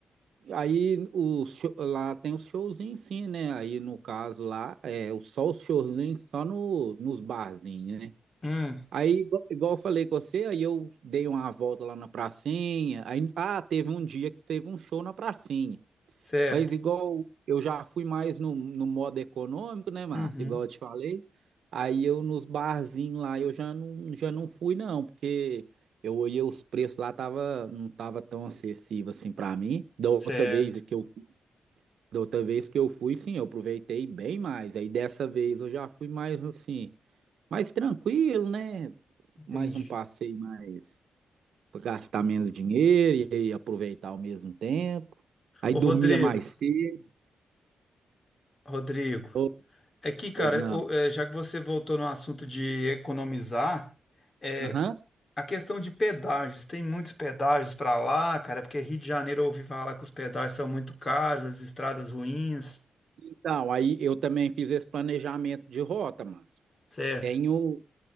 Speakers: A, on the right; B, on the left.
A: aí o show- lá tem os showzinhos sim, né? Aí no caso lá, é o- só os showzinhos só no, nos barzinhos, né?
B: Hum,
A: Aí, igual, igual eu falei com você, aí eu dei uma volta lá na pracinha. Aí, ah, teve um dia que teve um show na pracinha.
B: certo.
A: Mas igual eu já fui mais no, no modo econômico, né, Márcio?
B: Uhum,
A: Igual eu te falei. Aí eu nos barzinhos lá eu já não, já não fui não, porque eu olhei os preços lá tava não tava tão acessível assim para mim. Da outra
B: certo.
A: vez que eu da outra vez que eu fui, sim, eu aproveitei bem mais. Aí dessa vez eu já fui mais assim, mais tranquilo, né?
B: Entendi.
A: Mais um passeio mais para gastar menos dinheiro e aí aproveitar ao mesmo tempo. Aí
B: Ô,
A: dormia
B: Rodrigo,
A: mais cedo.
B: Rodrigo,
A: Ô,
B: é que, cara,
A: Pois não.
B: ô, é, já que você voltou no assunto de economizar, é,
A: Aham.
B: a questão de pedágios, tem muitos pedágios pra lá, cara, porque Rio de Janeiro eu ouvi falar que os pedágios são muito caros, as estradas ruins,
A: Então, aí eu também fiz esse planejamento de rota, Márcio.
B: certo?
A: Tenho